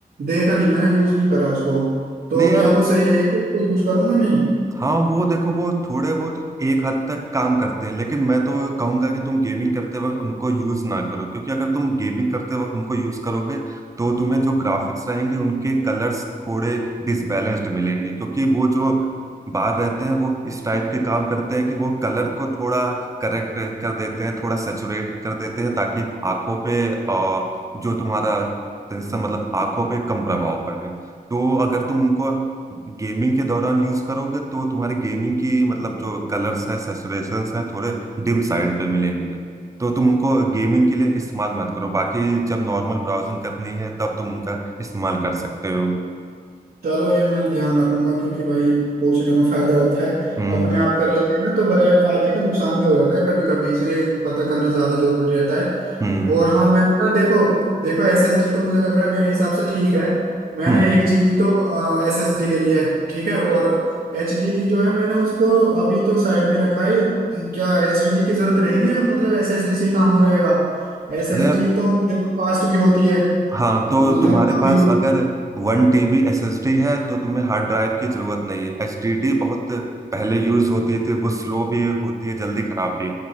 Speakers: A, on the right; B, on the right.
A: देखा नहीं मैंने यूज नहीं करा उसको तो
B: नहीं यार
A: क्या वो सही रहेगी उसको यूज करूँ मैं नहीं
B: हाँ वो देखो वो थोड़े बहुत एक हद तक काम करते हैं लेकिन मैं तो कहूंगा कि तुम गेमिंग करते वक्त उनको यूज ना करो क्योंकि अगर तुम गेमिंग करते वक्त उनको यूज करोगे तो तुम्हें जो ग्राफिक्स रहेंगे उनके कलर्स थोड़े डिसबैलेंस्ड मिलेंगे क्योंकि वो जो बाहर रहते हैं वो इस टाइप के काम करते हैं कि वो कलर को थोड़ा करेक्ट कर देते हैं थोड़ा सेचुरेट कर देते हैं ताकि आंखों पे अ, जो तुम्हारा टेंशन मतलब आंखों पे कम प्रभाव पड़े तो अगर तुम उनको गेमिंग के दौरान यूज करोगे तो तुम्हारे गेमिंग की मतलब जो कलर्स हैं सेचुरेशंस हैं थोड़े डिम साइड पे मिलेंगे तो तुम उनको गेमिंग के लिए इस्तेमाल मत करो बाकी जब नॉर्मल ब्राउजिंग करनी है तब तुम उनका इस्तेमाल कर सकते हो
A: चलो ये मैं ध्यान रखूंगा क्योंकि भाई पूछने में फायदा होता है
B: हम्म
A: अपने आप कर लेते हैं ना तो बड़े फायदे का नुकसान भी हो जाता है कभी कभी इसलिए पता करना ज्यादा जरूरी रहता है
B: हम्म
A: और हाँ मैं ना देखो देखो एसएसडी तो मुझे लग रहा है मेरे हिसाब से ठीक है मैंने
B: हम्म
A: एक जीबी तो एसएसडी ले लिया है ठीक है और एचडीडी जो है मैंने उसको अभी तो साइड में रखा है क्या एचडीडी की जरूरत रहेगी या मतलब एसएसडी से ही काम हो जाएगा एसएसडी
B: अरे यार
A: तो देखो फास्ट भी होती है
B: हाँ तो
A: मतलब
B: तुम्हारे
A: काफी
B: पास
A: लोग
B: अगर वन टीबी एसएसडी है तो तुम्हें हार्ड ड्राइव की जरूरत नहीं है एचडीडी बहुत पहले यूज होती थी वो स्लो भी होती है जल्दी खराब भी